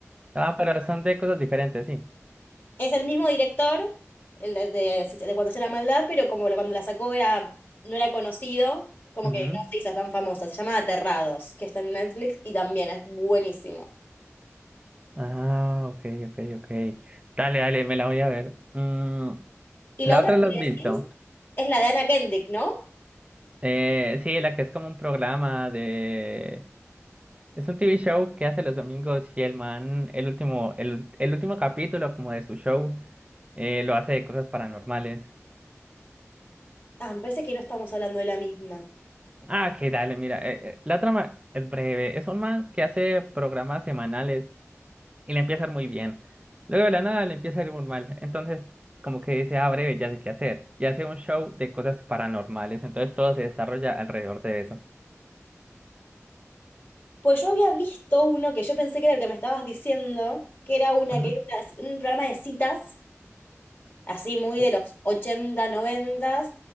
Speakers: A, on the right; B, on the left.
A: Ah, pero son de cosas diferentes, sí.
B: Es el mismo director el de, de- de cuando acecha la maldad, pero como la- cuando la sacó era, no era conocido, como
A: Ujú.
B: que no se hizo tan famosa. Se llama Aterrados, que está en Netflix y también es buenísimo.
A: Ah, ok, ok, ok. Dale, dale, me la voy a ver. Mm,
B: Y
A: la
B: la otra
A: otra
B: que
A: la
B: me
A: has
B: decís
A: visto.
B: es la de Anna Kendrick, ¿no?
A: Eh, sí, la que es como un programa de Es un TV show que hace los domingos y el man, el último, el, el último capítulo como de su show, eh, lo hace de cosas paranormales.
B: Ah, me parece que no estamos hablando de la misma.
A: Ah, que dale, mira, eh, eh, la trama es breve. Es un man que hace programas semanales y le empieza a ir muy bien. Luego de la nada le empieza a ir muy mal. Entonces, como que dice, ah, breve, ya sé qué hacer. Y hace un show de cosas paranormales. Entonces todo se desarrolla alrededor de eso.
B: Pues yo había visto uno que yo pensé que era el que me estabas diciendo, que era una
A: Ajá.
B: que era una- un programa de citas, así muy
A: O-
B: de los ochenta 90,